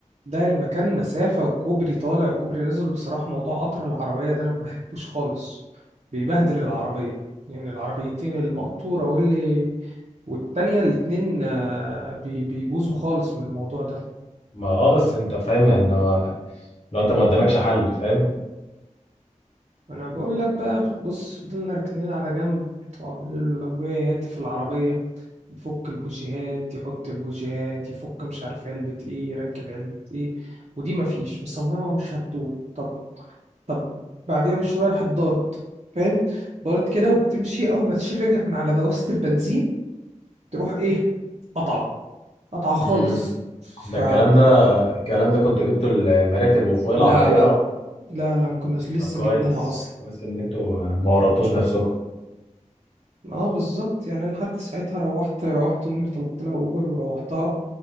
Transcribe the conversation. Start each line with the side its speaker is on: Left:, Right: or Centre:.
Right: ده المكان مسافة وكوبري طالع وكوبري نازل بصراحة موضوع قطر العربية ده أنا ما بحبوش خالص بيبهدل العربية يعني العربيتين المقطورة واللي والتانية الاتنين آه، بي- بيبوظوا خالص من الموضوع ده
Left: ما اه بس انت فاهم يعني هو- لو انت ما قدامكش حل فاهم
Right: انا بقول لك بقى بص فضلنا راكنين على جنب وعمال ابويا يهاتي في العربيه يفك البوجيهات يحط البوجيهات يفك مش عارف علبه ايه يركب علبه ايه ودي مفيش مصممه مش هتدور طب طب بعديها بشويه راحت دارت فاهم دارت كده وبتمشي اول ما تشيل رجلك من على دواسه البنزين تروح ايه قطعه قطعه خالص
Left: مم.
Right: ف
Left: ده الكلام ده الكلام ده كنت جبته المراتب وفوق العربيه
Right: لا لا
Left: بقى
Right: لا لا ما كناش لسه
Left: طب كويس
Right: جبناها اصلا
Left: كويس ان انتوا ما ورطتوش نفسكم
Right: اه بالظبط يعني انا حتى ساعتها روحت روحت امي طلبت لها اوبر وروحتها